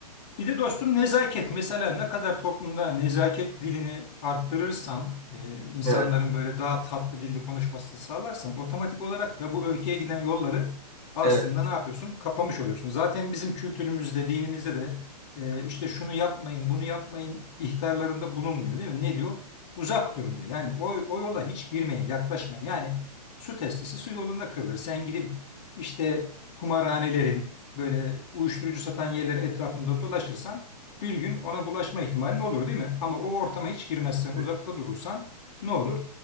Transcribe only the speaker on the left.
Bir de dostum nezaket. Mesela ne kadar toplumda nezaket dilini arttırırsan, e, insanların
böyle daha tatlı dilli konuşmasını sağlarsan otomatik olarak da bu öfkeye giden yolları aslında
ne yapıyorsun? Kapamış oluyorsun. Zaten bizim kültürümüzde, dinimizde de e, işte şunu yapmayın, bunu yapmayın ihtarlarında bulunmuyor değil mi? Ne diyor? Uzak durun diyor. Yani o, o yola hiç girmeyin, yaklaşmayın. Yani su testisi su yolunda kırılır. Sen gidip işte kumarhanelerin böyle uyuşturucu satan yerlerin etrafında dolaşırsan bir gün ona bulaşma ihtimalin olur değil mi? Ama o ortama hiç girmezsen,
uzakta durursan ne olur?